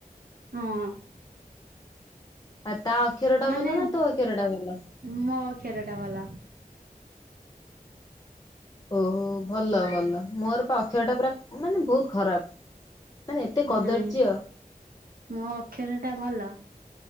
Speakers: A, on the right; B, on the left.
A: ହଁ
B: ଆଉ ତା ଅକ୍ଷର ଟା
A: ମାନେ
B: ଭଲ ନା ତୋ ଅକ୍ଷର ଟା ଭଲ
A: ମୋ ଅକ୍ଷୀର ଟା ଭଲ
B: ଓହୋ ଭଲ ଭଲ ମୋର ପା ଅକ୍ଷର ଟା ପୁରା ମାନେ ବହୁତ ଖରାପ ମାନେ ଏତେ କଦର୍ଯ୍ୟ
A: ନାଇଁ ମୋ ଅକ୍ଷର ଟା ଭଲ